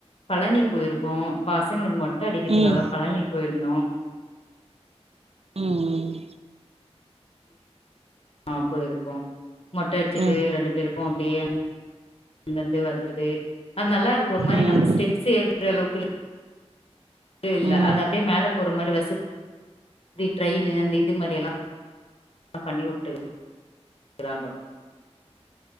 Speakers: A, on the left (about 60°); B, on the right (about 65°).
A: பழனி போயிருக்கோ பாசங்களுக்கு மொட்ட அடிக்கறதுக்காக
B: ம்
A: பழனி போயிருந்தோ
B: ம் ம்
A: ஆ போருக்கு மொட்ட அடிச்சிட்டு
B: ம்
A: ரெண்டு பேருக்கு அப்பிடியே அங்கேந்து வந்தது அது நல்லா இருக்கு ஒரு மாரி
B: ம்
A: நம்ம ஸ்டெப்ஸ் ஏறுற அளவுக்கு இ இல்ல
B: ம்
A: அந்த அப்பிடியே மேல போற மாரி வச இ ட்ரெயின்னு அந்த இது மாரில்லா ஆ பண்ணிவுட்டுக்கிறாங்க